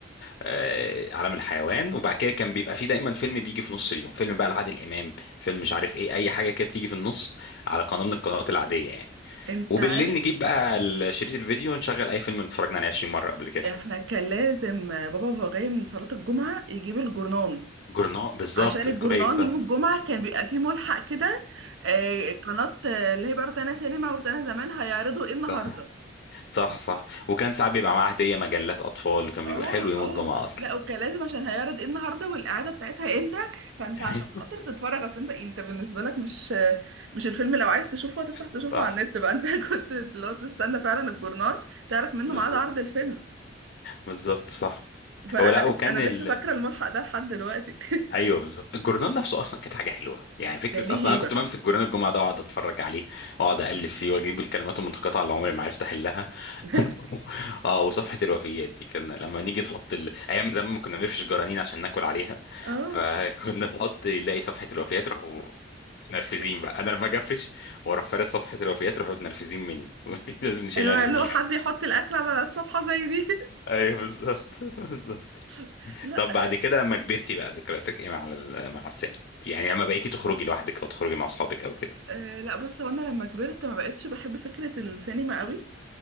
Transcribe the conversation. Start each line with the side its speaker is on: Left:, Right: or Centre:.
Left: آه، عالم الحيوان وبعد كده كان بيبقى فيه دايما فيلم بيجي في نص اليوم فيلم بقى لعادل إمام فيلم مش عارف إيه أي حاجة كده بتيجي في النص على قناة من القنوات العادية يعني
Right: <laughs> انت
Left: وبالليل
Right: عارف
Left: نجيب بقى ال- شريط الفيديو ونشغل أي فيلم اتفرجنا عليه 20 مرة قبل كده
Right: احنا
Left: <laughs>
Right: كان لازم بابا وهو جاي من صلاة الجمعة يجيب الجورنان
Left: جورنال بالظبط
Right: عشان الجورنان
Left: كويس آه.
Right: يوم الجمعة كان بيبقى فيه ملحق كده آه، قناة آه، اللي هي بقى روتانا سينما وروتانا زمان هيعرضوا ايه النهاردة
Left: صح صح صح وكان ساعات بيبقى معاه هدية مجلات أطفال كان
Right: اه
Left: بيبقى حلو يوم
Right: اه
Left: الجمعة أصلا
Right: لا اوكي لازم عشان هيعرض ايه النهارده والاعاده بتاعتها امتى فانت
Left: <laughs>
Right: عشان خاطر تتفرج اصل انت انت بالنسبه لك مش مش الفيلم لو عايز تشوفه هتفتح تشوفه
Left: صح
Right: على النت بقى انت <laughs> كنت لو تستنى فعلا الجورنال تعرف منه
Left: بالظبط
Right: ميعاد عرض الفيلم
Left: بالظبط صح
Right: فانا
Left: هو لا وكان
Right: لسه انا لسه
Left: ال
Right: فاكره الملحق ده لحد دلوقتي <laughs>
Left: ايوه بالظبط الجورنال نفسه اصلا كانت حاجه حلوه يعني فكره
Right: ده ليه
Left: اصلا
Right: هيبه
Left: انا كنت بمسك جورنال الجمعه ده واقعد اتفرج عليه واقعد اقلب فيه واجيب الكلمات المتقاطعه اللي عمري ما عرفت احلها
Right: <laughs>
Left: <laughs> اه وصفحه الوفيات دي كان لما نيجي نحط ال... ايام زمان ما كنا بنفرش جرانين عشان ناكل عليها
Right: اه
Left: <laughs> فكنا نحط نلاقي صفحه الوفيات يروحوا متنرفزين
Right: لا
Left: بقى انا لما اجي افرش واروح فارس صفحه الوفيات يروحوا متنرفزين مني <laughs> لازم نشيلها
Right: ايوه
Left: نرميها
Right: اللي هو حد يحط الاكل على الصفحه زي دي
Left: ايوه بالظبط <laughs> بالظبط
Right: <laughs> لا
Left: طب
Right: آه
Left: بعد كده لما كبرتي بقى ذكرياتك ايه مع ال- مع السينما يعني لما بقيتي تخرجي لوحدك او تخرجي مع اصحابك او كده
Right: آه، لا بص هو انا لما كبرت ما بقتش بحب فكره السينما قوي